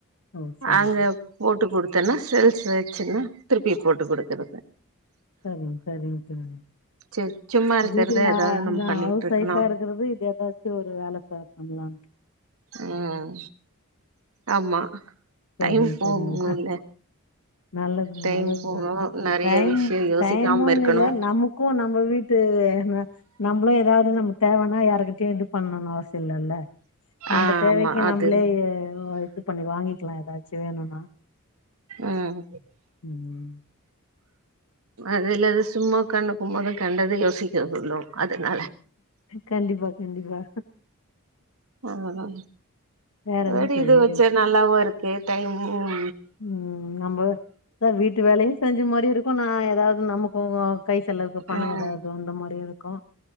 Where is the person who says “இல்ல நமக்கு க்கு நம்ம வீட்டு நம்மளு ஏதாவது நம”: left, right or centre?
Left